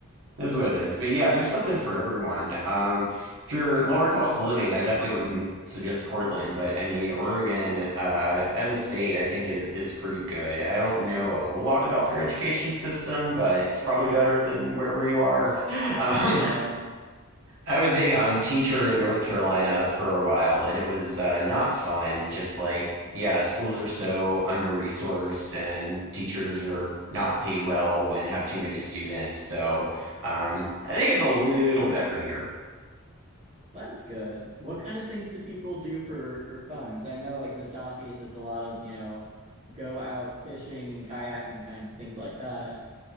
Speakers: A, on the right; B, on the right.
A: It Is what it is. But yeah, there's something for everyone. Um, if you're lower cost of living, I definitely wouldn't suggest Portland, but I mean, Oregon,
B: Yeah.
A: uh, as a state, I think is, is pretty good. I don't know a whole lot about their education system, but it's probably better than wherever you are. <laughs> Um,
B: Yeah.
A: I was a um, teacher in North Carolina for a while, and it was uh, not fun. And just like, yeah, schools are so under-resourced, and teachers are not paid well and have too many students. So um, I think it's a little better here.
B: Well, That's good. What kind of things do people do for for fun? 'Cause I know like in the Southeast it's a lot of, you know, go out fishing and kayaking kinds of things like that.